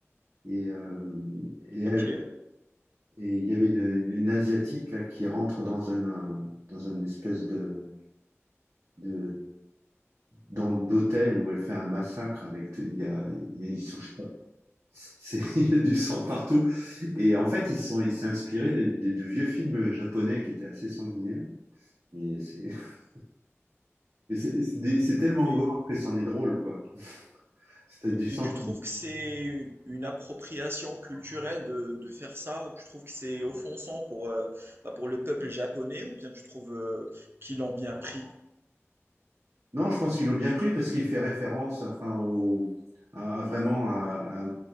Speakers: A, on the right (about 80°); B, on the right (about 50°).
A: et euh, et elle
B: Ok.
A: et il y avait une, une- une asiatique là qui rentre dans un dans une espèce de de dans- d'hôtel où elle fait un massacre avec il y a, il y a- ils sont je sais pas, c'est <laughs> il y a du sang partout et en fait ils sont il s'est inspiré de, de de vieux films japonais qui étaient assez sanguinaires Mais c'est <laughs> c'est- c'est des- c'est tellement
B: Et
A: gore que c'en est drôle, quoi. C'est du
B: Et
A: sens.
B: tu trouves que c'est une appropriation culturelle de, de faire ça? Tu trouves que c'est offensant pour, euh, bah, pour le peuple japonais ou bien tu trouves euh, qu'ils l'ont bien pris?
A: Non, je pense qu'ils l'ont bien pris parce qu'il fait référence, enfin, au, à, à vraiment à- à-